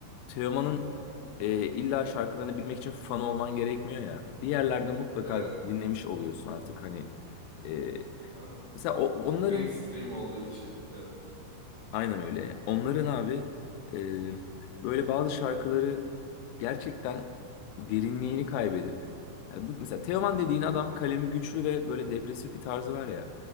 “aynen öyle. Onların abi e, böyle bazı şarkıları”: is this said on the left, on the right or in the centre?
Left